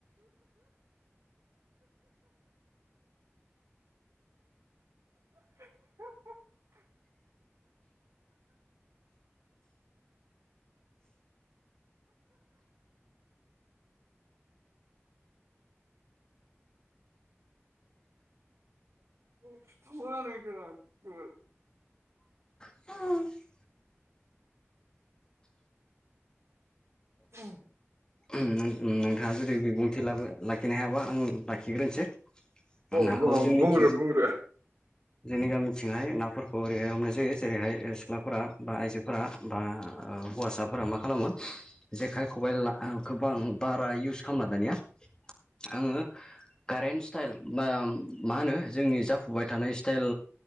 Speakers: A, on the right; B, on the left.
A: <unintelligible> <unintelligible>
B: <unintelligible>
A: औ
B: ओम नोंथाङा जुदि बिबुंथि लाखिनो हायाबा आं लाखिग्रोनोसै।
A: औ
B: नखौव
A: बुं
B: जोंनि
A: बुंग्रो
B: थिं
A: बुंग्रो
B: जोंनि गामिथिंहाय नाफोरखौ ओरैहाय हमनाय जायो जेरैहाय सिख्लाफोरा बा आइजोफोरा बा ओ हौवासाफोरा मा खालामो जेखाइ खबाइ गोबां बा बा इउस खालामलादानिया आंङो कारेन्ट स्टाइल बा मा होनो जोंनि जाफुबाय थानाय स्टाइल